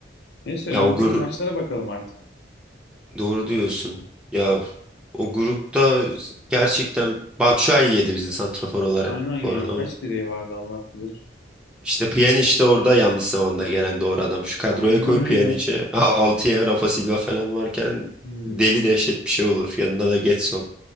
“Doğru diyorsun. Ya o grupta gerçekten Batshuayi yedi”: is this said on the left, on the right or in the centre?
Centre